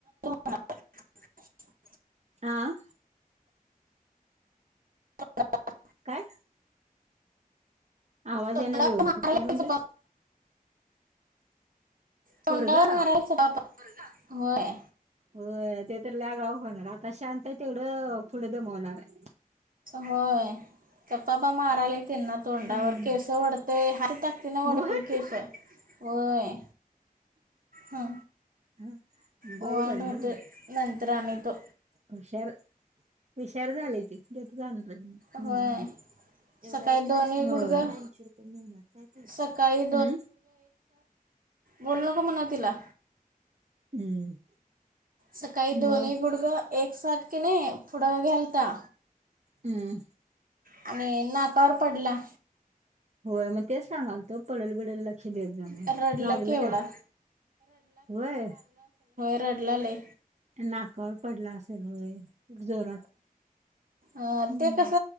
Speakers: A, on the right; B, on the right.
A: <unintelligible>
B: आ.
A: <unintelligible>
B: काय? आवाज
A: तोंडावर
B: येईना व्यवस्थित
A: मारायच
B: काय म्हनलीस.
A: पाप तोंडा
B: पोरगं
A: वर मारलंय चपापा. होय.
B: हो ते तर लगाव होणार आता शांत आहे तेवढं पुढ दमवणार. <inaudible>
A: होय गपापा माराले का. तिनातोडवरर
B: हम्म.
A: केस वडतय. टाकतीना वाढत
B: होय
A: केश होय. ह
B: ह बघ
A: वाढ
B: बाय
A: होते
B: हा
A: नंतर आणि तो
B: हुशार. हुशार झालाय त जाणार हम्
A: होय
B: एवढाऐश
A: सकाळी दोन्ही गुडघं
B: रुपये मि काय का हम्.
A: सकाळी बोलणक म्हनला.
B: हम्म.
A: सकाळी दोनही
B: मग
A: गुडग एक साथ के नाही. पुढं घलता.
B: हम्म.
A: आणि नाकावर पडला.
B: होय मग तेच सांगाल तो पडल बिडल लक्ष द्याेत जा म्हन
A: रडला
B: लागल
A: केवढा
B: काय होय.
A: रडलाले.
B: नाकावर पडला असेल व. जोरात.
A: अ
B: हम्म.
A: ते कस